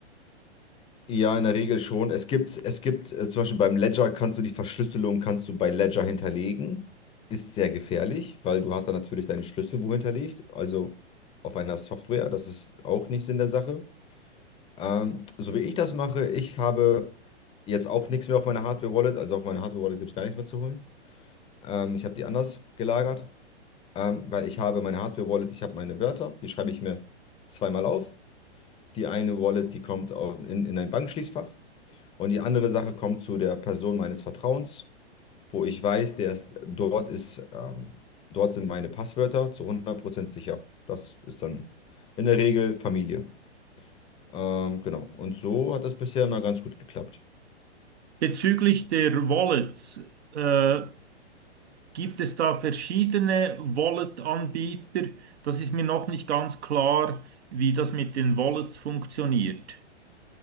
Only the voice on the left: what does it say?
Ja, in der Regel schon. Es gibt, es gibt äh, zum Beispiel beim Ledger kannst du die Verschlüsselung kannst du bei Ledger hinterlegen. Ist sehr gefährlich, weil du hast dann natürlich deine Schlüssel wo hinterlegt, also auf einer Software. Das ist auch nicht Sinn der Sache. Ähm, so wie ich das mache, ich habe jetzt auch nichts mehr auf meiner Hardware-Wallet. Also auf meiner Hardware-Wallet gibt es gar nichts mehr zu holen. Ähm, ich habe die anders gelagert, ähm, weil ich habe meine Hardware-Wallet, ich habe meine Wörter, die schreibe ich mir zweimal auf. Die eine Wallet, die kommt auf, in, in ein Bankschließfach. Und die andere Sache kommt zu der Person meines Vertrauens, wo ich weiß, der ist, dort ist, ähm, dort sind meine Passwörter zu hundert Prozent sicher. Das ist dann in der Regel Familie. Ähm, genau. Und so hat das bisher immer ganz gut geklappt.